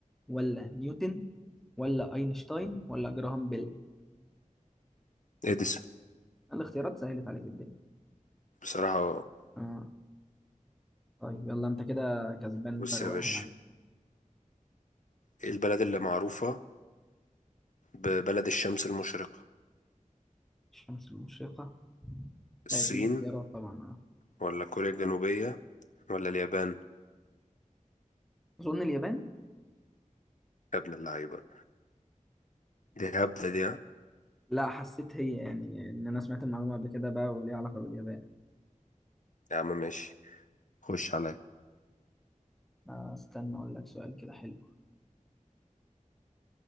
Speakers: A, in the centre; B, on the left (about 65°).
A: ولا نيوتن ولا اينشتاين ولا جراهام بيل
B: اديسون
A: الاختيارات سهلت عليك الدنيا
B: بصراحة
A: آه. طيب يلا انت كده كسبان
B: بص
A: فرق
B: يا
A: واحد
B: باشا
A: عنك
B: ايه البلد اللي معروفة ببلد الشمس المشرقة
A: الشمس المشرقة
B: الصين
A: لا اديني خيارات طبعا اه
B: ولا كوريا الجنوبية ولا اليابان
A: اظن اليابان
B: يا ابن اللعيبة دي هبدة دي ها؟
A: لا حسيت هي يعني ان انا سمعت المعلومه قبل كده بقى وليها علاقه باليابان
B: يا عم ماشي خش عليا
A: آه، استنى اقول لك سؤال كده حلو